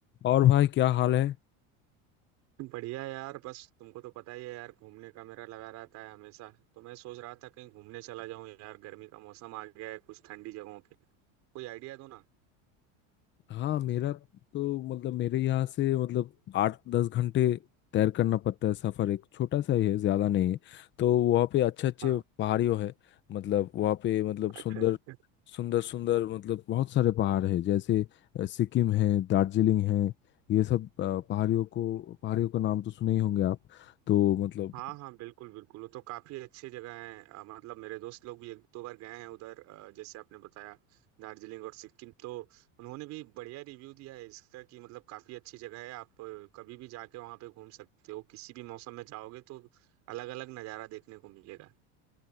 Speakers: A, on the left; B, on the right.
A: और भाई क्या हाल है
B: बढ़िया यार बस तुमको तो पता ही है यार घूमने का मेरा लगा रहता है हमेशा तो मैं सोच रहा था कहीं घूमने चला जाऊं यार गर्मी का मौसम आ गया है कुछ ठंडी जगहों पे कोई आइडिया दो ना
A: हाँ मेरा तो मतलब मेरे यहाँ से मतलब आठ दस घंटे तैर करना पड़ता है सफ़र एक छोटा सा ही है ज़्यादा नहीं है तो वहाँ पे अच्छे अच्छे
B: हाँ
A: पहाड़ियों है मतलब वहाँ पे मतलब सुंदर
B: अच्छा अच्छा
A: सुंदर सुंदर मतलब बहुत सारे पहाड़ है जैसे अ, सिक्किम है दार्जिलिंग है ये सब अ, पहाड़ियों को पहाड़ियों का नाम तो सुने ही होंगे आप तो मतलब
B: हाँ हाँ बिल्कुल बिल्कुल वो तो काफी अच्छी जगह है अ, मतलब मेरे दोस्त लोग भी एक दो बार गए हैं उधर अ, जैसे आपने बताया दार्जिलिंग और सिक्किम तो उन्होंने भी बढ़िया रिव्यू दिया है इसका कि मतलब काफी अच्छी जगह है आप अ, कभी भी जाके वहाँ पे घूम सकते हो किसी भी मौसम में जाओगे तो अलग अलग नज़ारा देखने को मिलेगा